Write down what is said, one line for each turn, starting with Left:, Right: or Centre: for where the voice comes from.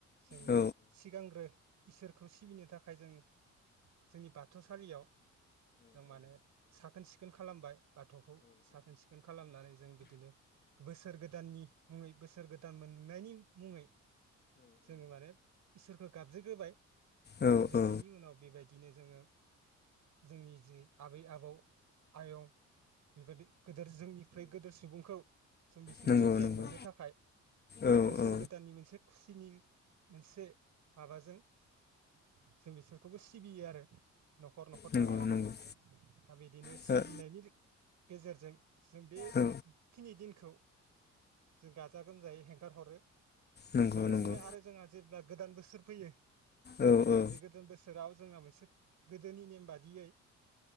Right: जों
Left: ओ औ
Right: सिगांग्रो इसोरखौ सिबिनो थाखाय जों जोंनि बाथौसालियाव जों मानो साखोन सिख खोन खालामबाय बाथौखौ साखोन सिखोन खालामनानै जों बिदिनो बोसोर गोदाननि मुङै बोसोर गोदान मोननायनि मुङै जोङो माने इसोरखो गाबज्रिग्रोबाय
Left: औ
Right: गाबज्रिनायनि
Left: औ
Right: उनाव बेबायदिनो जोङो जोंनि जि आबै आबौ आयं बेबादि गोदोर जोंनिफ्राय गोदोर सुबुंखौ जों बिसोरनिफ्राय
Left: नंगौ
Right: गियान
Left: नंगौ
Right: मोननो थाखाय
Left: औ
Right: आरो बोसोर
Left: औ
Right: गोदाननि मोनसे खुसिनि मोनसे माबाजों जों बिसोरखौबो सिबियो आरो न'खर न'खर
Left: नंगौ
Right: थांनानै
Left: नंगौ
Right: दा बिदिनो सिबिनायनि
Left: ओ
Right: गेजेरजों जों बे
Left: औ
Right: खिनि दिनखौ जों गाजा गोमजायै हेगारहरो।
Left: नंगौ
Right: लोगोसेनो
Left: नंगौ
Right: आरो जोंहा जेब्ला गोदान बोसोर फैयो।
Left: औ औ
Right: बे बोसोराव जोंहा मोनसे गोदोनि नेम बादियै